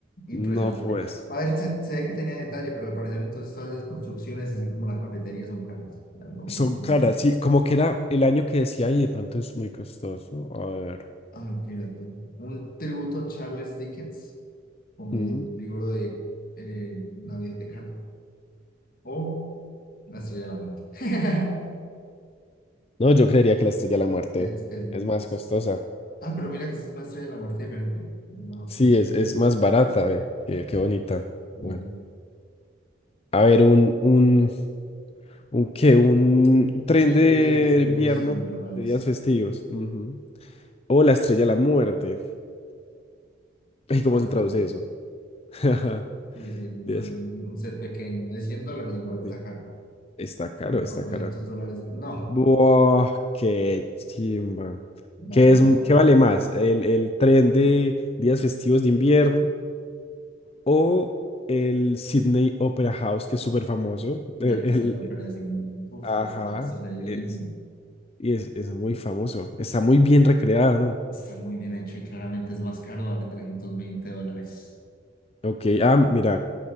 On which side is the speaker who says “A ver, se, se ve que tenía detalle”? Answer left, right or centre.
Left